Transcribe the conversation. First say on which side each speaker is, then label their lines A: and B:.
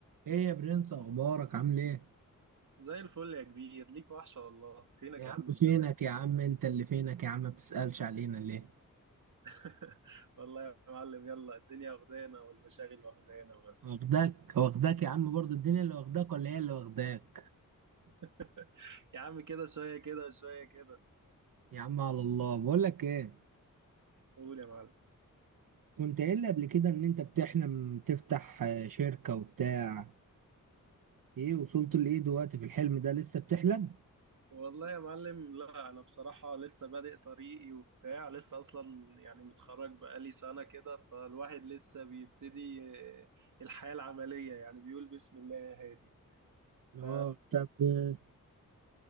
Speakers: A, on the right; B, on the right.
A: ايه يا برنس اخبارك عامل ايه
B: زي الفل يا كبير ليك وحشة والله فينك
A: يا
B: يا
A: عم
B: عم من
A: فينك
B: زمان
A: يا عم انت اللي فينك يا عم ما بتسألش علينا ليه
B: <laughs> والله يا معلم يلا الدنيا واخدانا والمشاغل واخدانا بس
A: واخداك واخداك يا عم برضو الدنيا اللي واخداك ولا هي اللي واخداك
B: <laughs> يا عم كده شوية كده وشوية كده
A: يا عم على الله بقول لك ايه
B: قول يا معلم
A: كنت قايل لي قبل كده ان انت بتحلم تفتح آه، شركة وبتاع ايه وصلت لايه دلوقتي في الحلم ده لسه بتحلم
B: والله يا معلم لا أنا بصراحة لسه بادئ طريقي وبتاع لسه أصلا يعني متخرج بقالي سنة كده فالواحد لسه بيبتدي آه، الحياة العملية يعني بيقول بسم الله يا هادي
A: اه
B: ف...
A: طب آه،